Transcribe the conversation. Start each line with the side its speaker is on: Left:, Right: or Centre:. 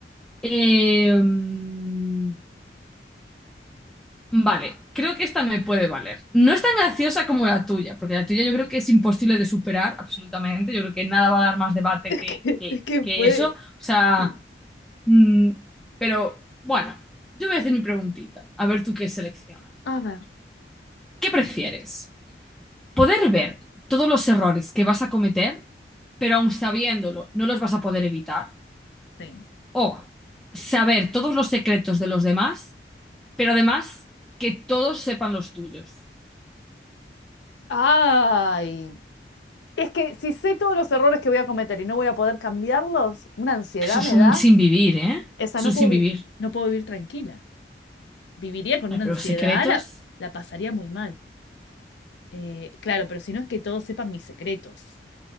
Centre: Eh, mm, vale, creo que esta me puede valer. No es tan graciosa como la tuya, porque la tuya yo creo que es imposible de superar, absolutamente. Yo creo que nada va a dar más debate
Left: Es
Centre: que,
Left: que,
Centre: que-
Left: es que
Centre: que
Left: puede.
Centre: eso. O sea,
Left: Sí.
Centre: mm, pero bueno, yo voy a hacer mi preguntita. A ver tú qué seleccionas.
Left: A ver.
Centre: ¿Qué prefieres? Poder ver todos los errores que vas a cometer, pero aun sabiéndolo, no los vas a poder evitar.
Left: Sí.
Centre: O saber todos los secretos de los demás, pero además que todos sepan los tuyos.
Left: Ay. Es que si sé todos los errores que voy a cometer y no voy a poder cambiarlos, una ansiedad
Centre: Es que eso es
Left: me
Centre: un
Left: da.
Centre: sin vivir, ¿eh?
Left: Esa
Centre: Es
Left: no
Centre: un sin
Left: puedo, vi-
Centre: vivir.
Left: no puedo vivir tranquila. Viviría con
Centre: Claro,
Left: una
Centre: pero
Left: ansiedad,
Centre: los secretos.
Left: la, la pasaría muy mal. Eh, claro, pero si no es que todos sepan mis secretos.